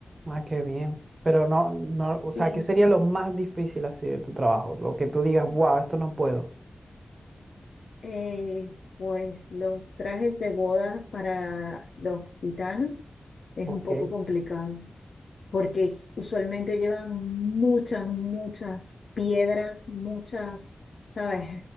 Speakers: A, on the right; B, on the left.
A: Ah, qué bien. Pero no, no, o
B: Sí,
A: sea, ¿qué sería lo más difícil así de tu trabajo? Lo que tú digas, wow, esto no puedo.
B: eh, pues los trajes de boda para los gitanos es
A: Ok,
B: un poco complicado, porque usualmente llevan muchas, muchas piedras, muchas, ¿sabes?